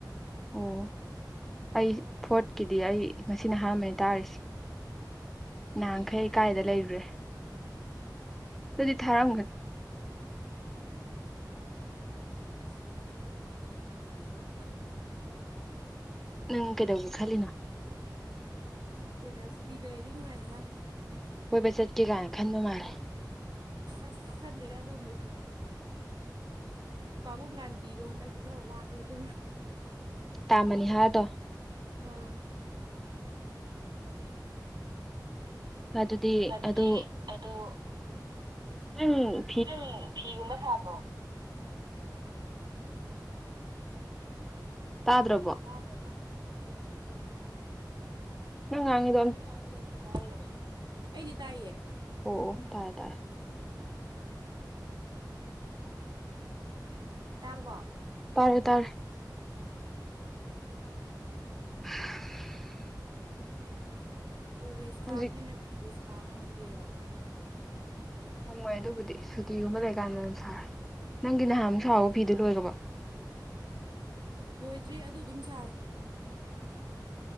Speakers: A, in the centre; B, on the right (about 85°).
A: ꯑꯣ ꯑꯩ ꯐꯣꯔꯠꯀꯤꯗꯤ ꯑꯩ ꯉꯁꯤꯅ ꯑꯍꯥꯟꯕꯅꯤ ꯇꯥꯔꯤꯁꯦ
B: ꯈꯪꯗꯦꯁꯨ
A: ꯅꯍꯥꯟꯈꯩ
B: ꯃꯣꯏ ꯍꯥꯏꯅꯤ
A: ꯀꯥꯏꯗ ꯂꯩꯔꯨꯔꯦ ꯑꯗꯨꯗꯤ ꯊꯥꯔꯝꯒꯅꯤ
B: ꯑꯁ ꯊꯥꯔꯝꯗ꯭ꯔꯗꯤ ꯑꯩꯅ ꯍꯔꯥꯎꯔꯨꯔꯤꯁꯤꯒ
A: ꯅꯪ ꯀꯩꯗꯧꯒꯦ ꯈꯜꯂꯤꯅꯣ
B: ꯅꯠꯇꯦꯗ ꯁꯨꯇꯤ ꯂꯩꯔꯗꯤ ꯅꯨꯡꯉꯥꯏꯗꯅ
A: ꯀꯣꯏꯕ ꯆꯠꯀꯦ ꯀꯥꯏ ꯈꯟꯕ ꯃꯥꯔꯦ
B: ꯑꯁ ꯈꯟꯗꯦꯗ ꯑꯗꯨꯒꯨꯝꯕꯩꯗꯤ ꯄꯥꯕꯨꯡ ꯒꯥꯟꯙꯤꯗꯣ ꯍꯟꯗꯛꯇꯤ ꯈꯔ ꯋꯥꯠꯂꯦ ꯑꯗꯨ
A: ꯇꯥꯃꯅꯤ ꯍꯥꯏꯔꯗꯣ
B: ꯑ
A: ꯑꯗꯨꯗꯤ
B: ꯑꯗꯨꯗꯤ
A: ꯑꯗꯨ
B: ꯑꯗꯨ
A: ꯎꯝ
B: ꯅꯪ ꯐꯤꯒꯨꯝꯕ ꯁꯥꯕ꯭ꯔꯣ
A: ꯇꯥ ꯗ꯭ꯔꯕꯣ
B: ꯇꯗ꯭ꯔꯣꯕꯣ
A: ꯅꯪꯥꯡꯉ
B: ꯅꯪꯉꯥꯡꯉꯗꯣ ꯑꯝꯇ ꯇꯥꯏꯗ꯭ꯔꯦ ꯑꯩꯗꯤ ꯇꯥꯏꯌꯦꯦ
A: ꯑꯣ ꯇꯥꯏ ꯇꯥꯏ
B: ꯇꯥꯔꯕꯣ
A: ꯇꯥꯔꯦ ꯇꯥꯔꯦ <unintelligible>
B: ꯀꯣꯂꯦꯖ
A: ꯍꯧꯖꯤꯛ
B: ꯀꯥꯕꯅꯤꯅ ꯐꯤꯗꯣ ꯁꯥꯥ ꯉꯝꯗꯦꯅ
A: ꯉꯝꯃꯣꯏ ꯑꯗꯨꯕꯨꯗꯤ ꯁꯨꯇꯤꯒꯨꯝꯕ ꯂꯩꯀꯥꯟꯗ ꯑꯣꯏ ꯁꯥ ꯅꯪꯒꯤ ꯅꯍꯥꯟꯃꯨꯛ ꯁꯥꯍꯧꯕ
B: ꯎꯝ
A: ꯐꯤꯗꯨ ꯂꯣꯏꯒꯕꯣ
B: ꯂꯣꯏꯗ꯭ꯔꯤ ꯑꯗꯨ ꯑꯗꯨꯝ ꯁꯥꯔꯦ